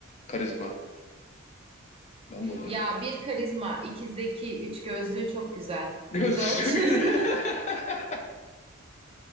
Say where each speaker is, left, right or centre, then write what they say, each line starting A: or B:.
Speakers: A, on the left; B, on the right.
A: Karizmadan dolayı mı?
B: Ya
A: Yani
B: bir karizma, iki zeki, üç gözlüğü çok güzel.
A: Göğsü
B: Dört.
A: çok...
B: <laughs>
A: <laughs>